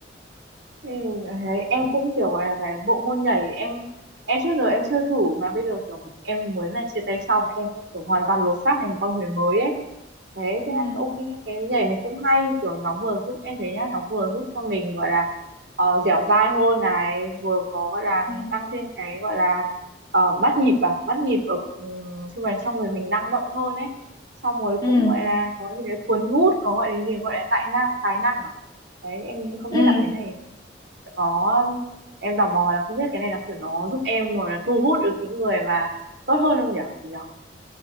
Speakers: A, on the right; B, on the left.
A: Ừ, đấy, em cũng kiểu gọi là cái bộ môn nhảy em em trước giờ em chưa thử mà bây giờ kiểu em muốn là chia tay xong em sẽ kiểu hoàn toàn lột xác thành một con người mới ấy thế thế
B: ừ
A: là ok cái nhảy này cũng hay kiểu nó vừa giúp em thấy nhá nó vừa giúp cho mình gọi là uh, dẻo dai hơn này vừa có gọi là
B: ừ
A: tăng thêm cái gọi là ờ, bắt nhịp à bắt nhịp ở um, chung là cho người mình năng động hơn ấy xong rồi
B: ừ
A: cũng gọi là có gì đấy cuốn hút có gọi là gì gọi là tài năng tài năng à đấy em không
B: ừ
A: biết là cái này có em tò mò là không biết cái này là kiểu nó giúp em rồi là thu hút được những người mà tốt hơn không nhỉ chị nhỉ